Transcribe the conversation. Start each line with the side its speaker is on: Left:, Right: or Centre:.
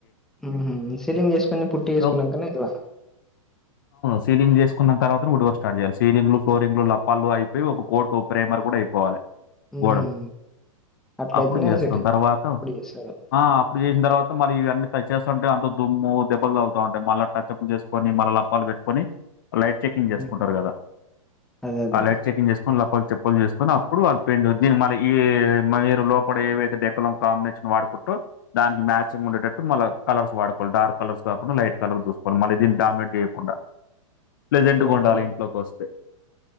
Centre: ఉహూ సీలింగ్ చేసుకొని పుట్టి ఎసుకున్నాంకనే
Left: ఓ
Centre: ఇట్లా
Left: సీలింగ్ చేసుకున్న తర్వాత డోర్స్ స్టార్ట్ చేయాలి సీలింగ్ లు ఫ్లోరింగ్ లప్పాలు అయిపోయి ఒక కోట్టు ప్రేమర్ కూడా అయిపోవాలి
Centre: హుహు.
Left: గోడలు
Centre: అట్లయితేనే
Left: అప్పుడు చేస్తాం
Centre: సెట్
Left: తర్వాత
Centre: అప్పుడు చేస్తారు.
Left: ఆ అప్పుడు చేసిన తర్వాత మళ్లీ ఇవన్నీ టచ్ చేస్తుంటే అంత దుమ్ము దెబ్లు తాగులుతాంటాయ్ మళ్ళ టచ్అప్లు చేసుకొని మళ్ళా పాలు పెట్టుకొని లైట్ చెకింగ్ చేసుకుంటారు
Centre: హుహు.
Left: కదా
Centre: అదే. అదే.
Left: ఆ లైట్ చెకింగ్ చేసుకొని లప్పాలు చెప్పులు చేసుకొని అప్పుడు వాళ్ల పెడ్ దీని మళ్ ఈ ఏ లోపడ ఏవైతే డెకోలం కాంబినేషన్ వాడుకుంటూ దానికి మ్యాచింగ్ ఉండేటట్టు మళ్ల కలర్స్ వాడుకొంటారు కలర్ గాకుండా లైట్ కలర్ చూసుకోలి మళ్లీ దీన్ని డామినేట్ జేయకుండా ప్ర్లెజెంట్గా
Centre: ఓహో!
Left: ఉండాలి ఇంట్లో కోస్తే